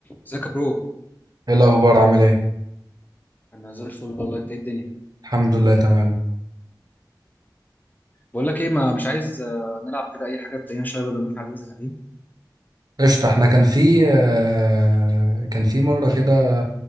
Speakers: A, on the left (about 25°); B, on the right (about 60°).
A: ازيك يا برو
B: ايه الاخبار عامل ايه
A: انا زي الفل والله انت ايه الدنيا
B: الحمد لله تمام
A: بقول لك ايه ما مش عايز آه، نلعب كده اي حاجه تلاقينا شويه بدل ما احنا قاعدين زهقانين
B: قشطة احنا كان في آه، كان في مرة كده